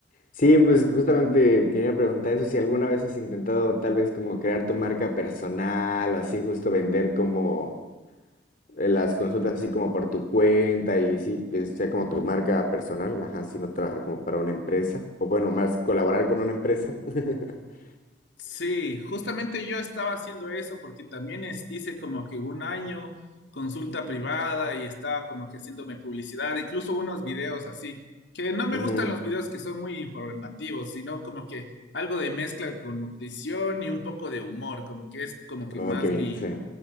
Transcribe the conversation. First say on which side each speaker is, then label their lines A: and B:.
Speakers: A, on the left; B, on the left.
A: Sí, pues justamente quería preguntar eso, si alguna vez has intentado tal vez como crear tu marca personal o así justo vender como eh, las consultas así como por tu cuenta y sí, que sea como tu marca personal, ajá, si no trabajar como para una empresa o bueno, más colaborar con una empresa. <laughs>
B: Sí, justamente yo estaba haciendo eso porque también es- hice como que un año consulta privada y estaba como que haciéndome publicidad, incluso unos videos así, que no me
A: Ujú.
B: gustan los videos que son muy informativos, sino como que algo de mezcla con nutrición y un poco de humor, como que es como que
A: Oh,
B: más
A: qué bien,
B: mi,
A: sí.